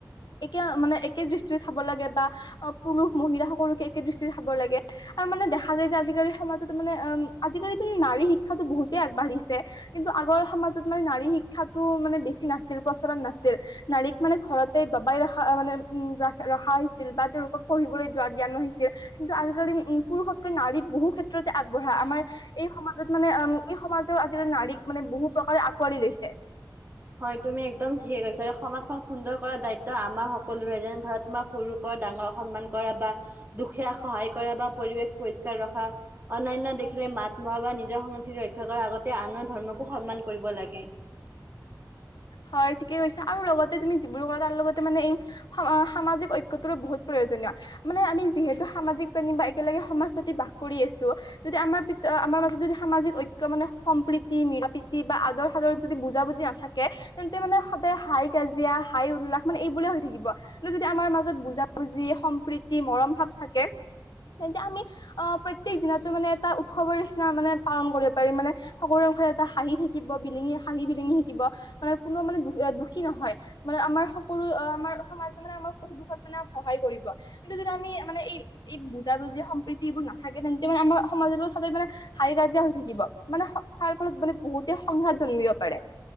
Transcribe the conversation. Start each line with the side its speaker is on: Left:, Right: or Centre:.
Left: একে মানে একে দৃষ্টিৰে চাব লাগে। বা অহ', পুৰুষ মহিলা সকলোকে একে দৃষ্টিত চাব লাগে আৰু মানে দেখা যায় যে আজিকালি সমাজতো মানে উম, আজিকালিটো নাৰী শিক্ষাতো বহুতেই আগবাঢ়িছে কিন্তু আগৰ সমাজত মানে নাৰী শি ক্ষা মানে বেছি নাছিল। প্ৰচলন নাছিল। নাৰীক মানে ঘৰতে দবাই ৰখা মানে উম, ৰখা হৈছিল বা তেওঁলোকক পঢ়িবলৈ যোৱা দিয়া নহৈছিল। কিন্তু আজিকালি উম, পুৰুষতকৈ নাৰী বহু ক্ষেত্ৰতে আগবঢ়া আমাৰ এই সমাজত মানে উম এই সমাজৰ আজিকালি নাৰীক মানে বহু প্ৰকাৰে আকোৱালি লৈছে।
Right: হয়, তুমি একদম ঠিকেই কৈছা। সমাজখন সুন্দৰ কৰাৰ দায়িত্ব আমাৰ সকলোৰে যেনে ধৰা, তোমাৰ সৰুৰ পৰা ডাঙৰক সন্মান কৰা বা দুখীয়াক সহায় কৰা বা পৰিৱেশ পৰিষ্কাৰ ৰখা, অন্যান্য দেখিলে মাত মতা বা নিজৰ সংস্কৃতি ৰক্ষা কৰা আগতে আনৰ ধৰ্মকো সন্মান কৰিব লাগে।
Left: হয় ঠিকেই কৈছো, আৰু লগতে তুমি যিবোৰ ক তাৰ লগতে মানে এই সামাজিক ঐক্যটোৰো বহুত প্ৰয়োজনীয়। মানে আমি যিহেতু সামাজিক প্ৰাণী বা একেলগে সমাজ পাতি বাস কৰি আছো, যদি আমাৰ - আমাৰ মাজত যদি সামাজিক ঐক্য মানে সম্প্ৰীতি, মিলা প্ৰীতি বা আদৰ সাদৰ যদি বুজা বুজি নাথাকে তেন্তে মানে সদায় হাই কাজিয়া, হাই উল্লাস মানে এইবোৰে হৈ থাকিব। কিন্তু যদি আমাৰ মাজত বুজা বুজি, সম্প্ৰীতি, মৰম ভাৱ থাকে তেন্তে আমি আহ, প্ৰত্যেক দিনতে মানে এটা উৎসৱৰ নিচিনা মানে পালন কৰিব পাৰিম মানে সকলো মুখে এটা হাঁহি থাকিব, বিলিঙি, হাঁহি বিলিঙি থাকিব। মানে কোনো মানে দু দুখী নহয়, মানে আমাৰ সকলো আমাৰ সমাজ মানে আমাৰ সুখ দুখত মানে সহায় কৰিব। কিন্তু যদি আমি মানে এই এই বুজাবুজি সম্প্ৰীতি এইবোৰ নাথাকে তেন্তে মানে আমাৰ সমাজতো খালি মানে হাই কাজিয়া হৈ থাকিব, মানে তাৰ ফলত মানে বহুতে সংঘাত জন্মিব পাৰে।